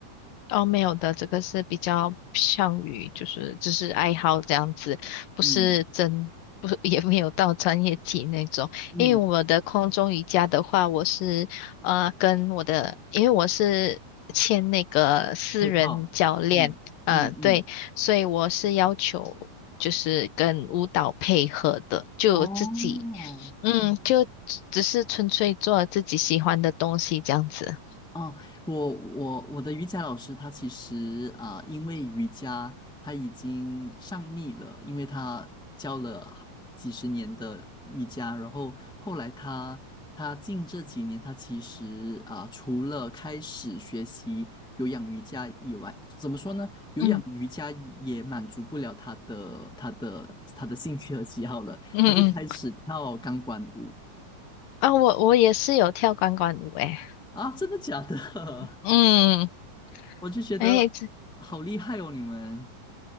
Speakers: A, on the left; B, in the centre.
A: 哦，没有的，这个是比较像于就是只是爱好这样子，不是真不是
B: 嗯
A: <laughs> 也没有到专业级那种。
B: 嗯，
A: 因为我的空中瑜伽的话，我是呃跟我的，因为我是签那个私人教练，
B: 配套，嗯嗯嗯，
A: 呃对，所以我是要求就是跟舞蹈配合的，就自己
B: 哦哦
A: 嗯就只只是纯粹做自己喜欢的东西这样子。
B: 嗯，我我我的瑜伽老师他其实啊、呃因为瑜伽他已经上腻了，因为他教了几十年的瑜伽，然后后来他他近这几年他其实啊、呃除了开始学习有氧瑜伽以外，怎么说呢？有氧瑜伽也满足不了他的他的他的兴趣和喜好了，
A: 嗯嗯嗯。
B: 他就开始跳钢管舞
A: 啊，我我也是有跳钢管舞诶，
B: 啊，真的假的？<laughs>
A: 嗯，
B: 我就觉得好厉害哦，
A: 诶，这
B: 你们，